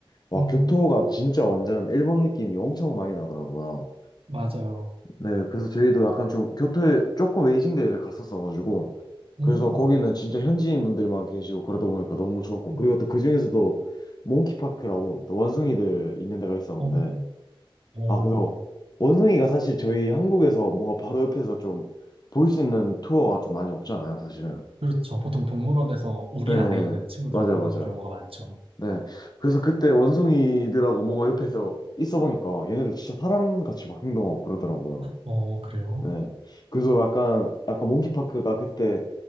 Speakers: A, on the left; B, on the right.
A: 와,
B: 음,
A: 교토가 진짜 완전 일본 느낌이 엄청 많이 나더라고요.
B: 맞아요.
A: 네, 그래서 저희도 약간 좀 교토에 조금 외진 데를 갔었어가지고,
B: 음,
A: 그래서 거기는 진짜 현지인 분들만 계시고 그러다 보니까 너무 좋았고,
B: 음,
A: 그리고 또 그중에서도 몽키파크라고 또 원숭이들 있는 데가 있었는데,
B: 어, 어,
A: 아, 그래서 원숭이가 사실 저희 한국에서 뭔가 바로 옆에서 좀 볼 수 있는 투어가 좀 많이 없잖아요, 사실은.
B: 그렇죠. 보통 동물원에서 우리
A: 네,
B: 안에 있는 친구들을
A: 맞아요,
B: 보는
A: 맞아요.
B: 경우가 많죠.
A: 네. 그래서 그때 원숭이들하고 뭔가 옆에서 있어 보니까 얘네들 진짜 사람같이 막 행동하고 그러더라고요.
B: 어, 그래요?
A: 네. 그래서 약간, 약간 몽키파크가 그때